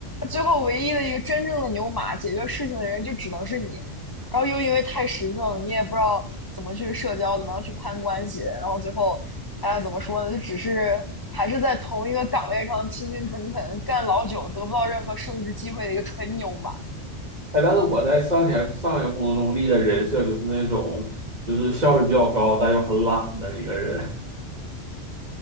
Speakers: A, on the left; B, on the right.
A: 最后唯一的一个真正的牛马，解决事情的人就只能是你。然后又因为太实诚，你也不知道怎么去社交，怎么样去攀关系，然后最后，哎，怎么说呢？就只是还是在同一个岗位上勤勤恳恳干老久，得不到任何升职机会的一个纯牛马
B: 哎，但是我在上前上一个工作中立的人设就是那种就是效率比较高，但又很懒的一个人。